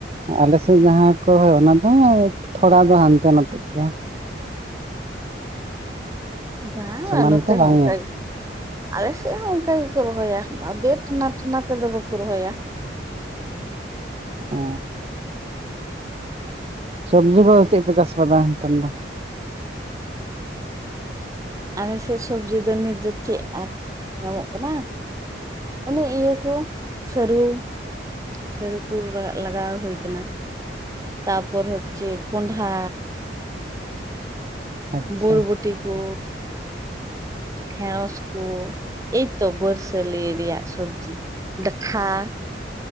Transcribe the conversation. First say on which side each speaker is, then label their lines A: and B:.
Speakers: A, on the right (about 35°); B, on the right (about 20°).
A: ᱟᱞᱮᱥᱮᱡ ᱡᱟᱦᱟᱸᱭ ᱠᱚ ᱨᱚᱦᱚᱭᱟ ᱚᱱᱟ ᱫᱚ ᱛᱷᱚᱲᱟ ᱫᱚ ᱦᱟᱱᱛᱮ ᱱᱟᱛᱮᱜ ᱜᱮᱭᱟ᱾
B: ᱵᱟ
A: ᱥᱚᱢᱟᱱ
B: ᱱᱚᱛᱮ
A: ᱛᱮ ᱵᱟᱝ
B: ᱦᱚᱸ ᱚᱱᱠᱟᱜᱮ᱾
A: ᱧᱮᱞᱚᱜᱼᱟ
B: ᱟᱞᱮ ᱥᱮᱫ ᱦᱚᱸ ᱚᱝᱠᱟ ᱜᱮᱠᱚ ᱨᱚᱦᱚᱭᱟ ᱵᱟᱵᱮᱨ ᱴᱟᱱᱟ ᱴᱟᱱᱟ ᱛᱮᱫᱚ ᱵᱟᱠᱚ ᱨᱚᱦᱚᱭᱟ᱾
A: ᱚ ᱥᱚᱵᱽᱡᱤ ᱠᱚ ᱪᱮᱫ ᱯᱮ ᱪᱟᱥ ᱠᱟᱫᱟ ᱱᱤᱛᱚᱝ ᱫᱚ?
B: ᱟᱞᱮᱥᱮᱜ ᱥᱚᱵᱽᱡᱤ ᱫᱚ ᱱᱤᱛ ᱫᱚ ᱪᱮᱫ ᱟᱨ ᱧᱟᱢᱚᱜ ᱠᱟᱱᱟ? ᱚᱱᱮ ᱤᱭᱟᱹ ᱠᱚ ᱥᱟᱹᱨᱩ᱾ ᱥᱟᱹᱨᱩ ᱠᱚ ᱞᱟᱜᱟᱣ ᱦᱩᱭ ᱠᱟᱱᱟ ᱛᱟᱯᱚᱨ ᱦᱚᱪᱷᱮ ᱠᱚᱸᱰᱷᱟ᱾
A: ᱟᱪᱪᱷᱟ
B: ᱵᱚᱨᱵᱚᱴᱤ ᱠᱚ, ᱰᱷᱮᱬᱚᱥ᱾ ᱠᱩ, ᱮᱭᱛᱚ ᱵᱚᱨᱥᱟᱹᱞᱤ ᱨᱮᱭᱟᱜ ᱥᱚᱵᱡᱤ ᱠᱚ ᱫᱟᱠᱷᱟ᱾